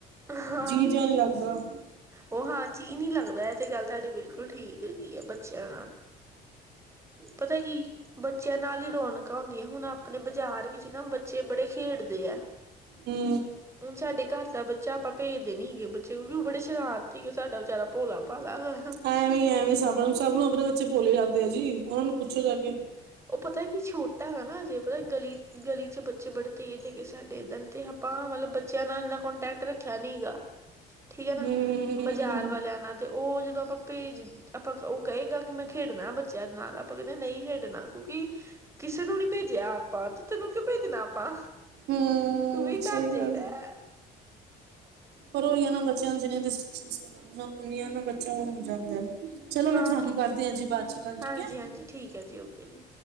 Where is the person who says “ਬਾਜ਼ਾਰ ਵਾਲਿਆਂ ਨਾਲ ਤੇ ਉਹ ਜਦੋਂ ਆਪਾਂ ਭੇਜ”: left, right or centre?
Right